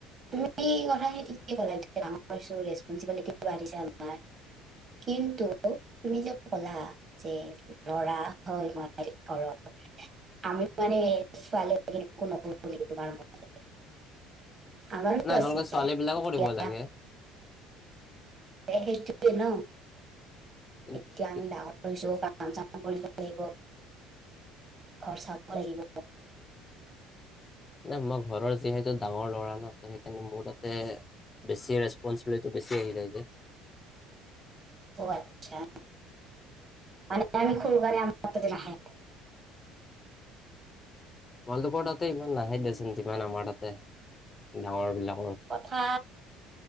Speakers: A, on the right (about 30°); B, on the left (about 25°).
A: তুমি কথাখিনি ঠিক কলা ডাঙৰছো ৰেপিবিলিট বাঢ়িছে আমাৰ কিন্তু তুমি যে কলা যে লৰা হয় মই ঘৰৰ আমি মানে ছোৱালী একো নকৰো নেকি তোমাৰ মতে? আমাৰ ও
B: নাই
A: আচে
B: তোমালোকে ছোৱালী বিলাকো
A: ইতিয়া
B: কৰিব লাগে
A: মেই তো ন
B: কিন্তু
A: এয়া আমি দাঙৰ হয়চো কাম চাম কৰিব লাগিব ঘৰ চাব লাগিব।
B: নাই মই ঘৰৰ যিহেতু ডাঙৰ ল'ৰা ন সেইকাৰণে মোৰ তাতে। বেছি ৰেচপন্ঞ্চিবিলিটো বেছি আহি যায় যে।
A: অহ ', আচ্ছা মান আমি <unintelligible> খকাৰ আম নাহ <inaudible>
B: কলপ ততে ইমান নাহে দেচ ইমান আমাৰ তাতে। ডাঙৰ বিলাকৰ।
A: কথা